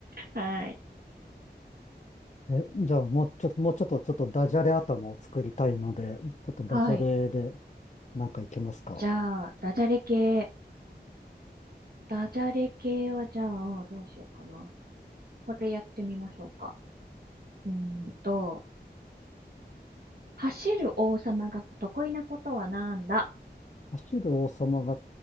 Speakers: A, on the right (about 60°); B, on the left (about 40°).
A: はい。
B: え、じゃあ、もうちょっと、もうちょっと、ちょっとダジャレ頭を作りたいので、ちょっとダジャレで、
A: はい。
B: なんかいけますか
A: じゃあ、ダジャレ系。ダジャレ系はじゃあ、どうしようかな。これやってみましょうか。うーんと、走る王様が得意なことはなんだ
B: 走る王様が